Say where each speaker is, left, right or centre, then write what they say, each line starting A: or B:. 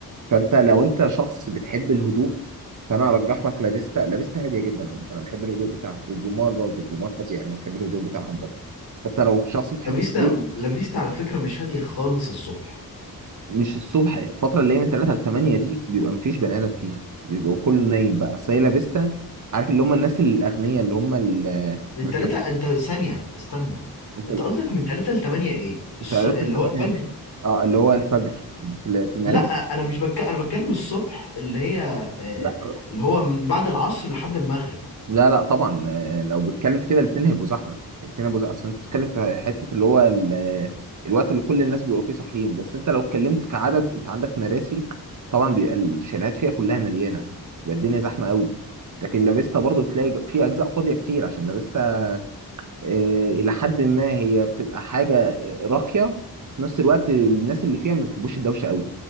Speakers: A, on the right (about 50°); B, on the left (about 85°).
A: فأنت لو أنت شخص بتحب الهدوء فأنا أرجح لك لافيستا لافيستا هادية جدا عامة أنا بحب الهدوء بتاعها والبلومار برضه البلومار هادية أنا بحب الهدوء بتاعهم برضه حتى لو شخص بتحب
B: لا فيستا
A: الهدوء
B: لا فيستا على فكرة مش هادية خالص الصبح
A: مش الصبح الفترة اللي هي من 3 ل 8 دي بيبقى مفيش بني آدم فيها بيبقى كله نايم بقى سايلا فيستا عارف اللي هم الناس الأغنياء اللي هم اللي
B: من
A: ما
B: تلاتة
A: بيحبوش
B: انت ثانية استنى
A: انت
B: انت قصدك من تلاتة لتمانية ايه
A: انت
B: الص...
A: 3
B: اللي
A: ل 8
B: هو الفجر
A: اه اللي هو الفجر في في مدارس
B: لا انا مش بك... انا بتكلم الصبح اللي هي آه،
A: لا
B: اللي هو من بعد العصر لحد المغرب
A: لا لا طبعا آه، لو بتتكلم في كده الاثنين هيبقوا زحمه الاثنين هيبقوا زحمه اصل انت بتتكلم في حته اللي هو ال- الوقت اللي كل الناس بيبقوا فيه صاحيين بس انت لو اتكلمت كعدد انت عندك مراسي طبعا بيبقى الشاليهات فيها كلها مليانه بيبقى الدنيا زحمه قوي لكن لافيستا برضو بتلاقي في اجزاء فاضيه كتير عشان لافيستا آه، الى حد ما هي بتبقى حاجه آه، راقيه في نفس الوقت الناس اللي فيها ما بيحبوش الدوشه قوي